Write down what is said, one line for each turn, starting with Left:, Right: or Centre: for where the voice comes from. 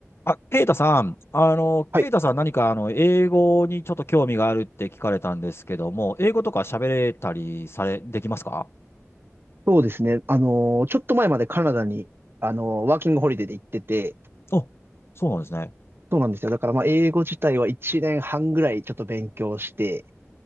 Left: あ、ケイタさん、あの、
Right: はい、
Left: ケイタさん何かあの、英語にちょっと興味があるって聞かれたんですけども、英語とか喋れたりされ、できますか
Right: そうですね。あのー、ちょっと前までカナダに、あのー、ワーキングホリデーで行ってて、
Left: あ、そうなんですね。
Right: そうなんですよ。だからまあ、英語自体は1年半ぐらいちょっと勉強して、